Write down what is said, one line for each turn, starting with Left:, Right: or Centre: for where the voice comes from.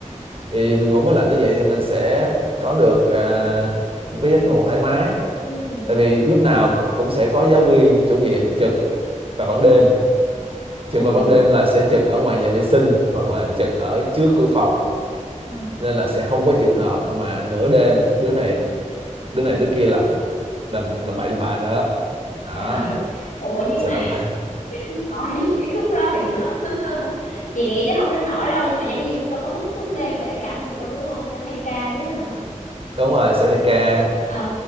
Right: thì mình ngủ máy lạnh như vậy thì mình sẽ có được à, một cái giấc ngủ thoải mái
Left: Ừ.
Right: tại vì lúc nào cũng sẽ có giáo viên chủ nhiệm trực vào ban đêm
Left: Ừ.
Right: trực vào ban đêm là sẽ trực ở ngoài nhà vệ sinh hoặc là trực ở trước cửa phòng
Left: ừ. Ờ.
Right: nên là sẽ không có trường hợp mà nửa đêm đứa này đứa này đứa kia làm làm làm bậy làm bạ nữa đó
Left: à, ừ. ủa nhưng
Right: sẽ
Left: mà
Right: làm
Left: hỏi <laughs> cái khúc đó thì nó <laughs> chị nghĩ chắc không đến nỗi đâu nhưng mà giáo viên cũng đâu có thức suốt đêm để canh được đâu đúng không sẽ thay ca chứ hả
Right: <laughs> đúng rồi sẽ thay ca
Left: ờ